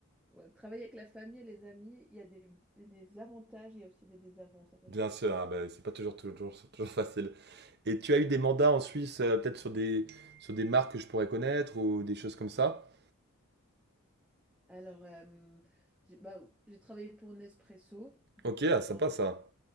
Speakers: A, in the centre; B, on the right (about 50°).
A: ouais, travailler avec la famille et les amis, il y a des, des avantages, il y a aussi des désavantages.
B: bien sûr,
A: Euh,
B: ah bah, c'est pas toujours toujours c'est toujours <laughs> facile et tu as eu des mandats en Suisse, heu, peut-être sur des sur des marques que je pourrais connaître ou des choses comme ça?
A: Alors, euh, j'ai bah, j'ai travaillé pour Nespresso,
B: OK,
A: donc
B: ah sympa
A: dans les...
B: ça.